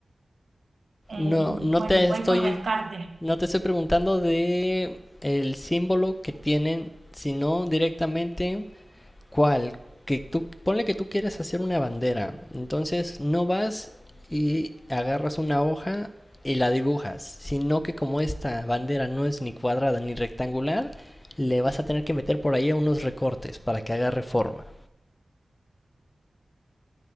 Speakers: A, on the right; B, on the left.
A: Eh,
B: No, no
A: bueno,
B: te
A: voy
B: estoy,
A: por descarte.
B: no te estoy preguntando de el símbolo que tienen, sino directamente cual, que tú, ponle que tú quieres hacer una bandera, entonces no vas y agarras una hoja y la dibujas, sino que como esta bandera no es ni cuadrada ni rectangular, le vas a tener que meter por ahí unos recortes para que agarre forma.